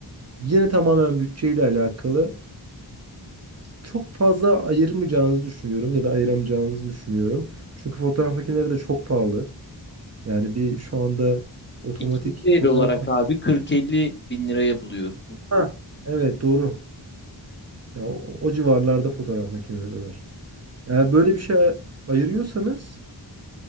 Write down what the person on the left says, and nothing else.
İkinci el
olarak
abi 40-50 bin liraya buluyorsun.